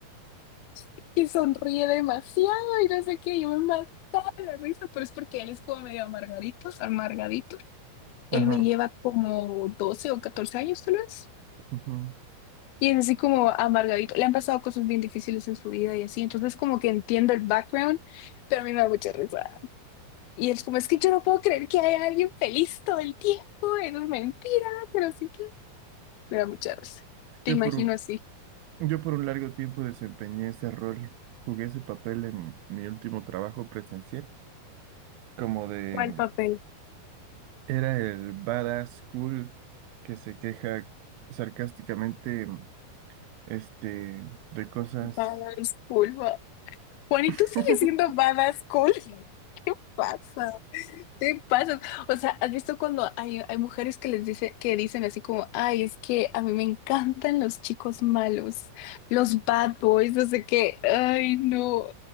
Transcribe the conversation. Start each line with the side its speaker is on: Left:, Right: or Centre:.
Left: <laughs> y sonríe demasiado y no sé qué, yo me mataba de la risa, pero es porque él es como medio amargadito, amargadito. Él
Right: Ajá.
Left: me lleva como 12 o 14 años tal vez.
Right: ujú.
Left: Y es así como amargadito. Le han pasado cosas bien difíciles en su vida y así. Entonces como que entiendo el background, pero a mí me da mucha risa. Y es como, es que yo no puedo creer que haya alguien feliz todo el tiempo. Eso es mentira, pero sí que me da mucha risa. Te
Right: Yo
Left: imagino
Right: por un,
Left: así.
Right: yo por un largo tiempo desempeñé ese rol, jugué ese papel en mi último trabajo presencial, como de,
Left: ¿Cuál papel?
Right: era el badass cool que se queja sarcásticamente, este, de cosas.
Left: Badass cool. ba- Juan, ¿y
Right: <laughs>
Left: tú sigues siendo badass cool. <laughs> ¿Qué pasa? Te pasas. O sea, ¿has visto cuando hay, hay mujeres que les dice, que dicen así como, ay, es que a mí me encantan los chicos malos, los bad boys, no sé qué, ay, no.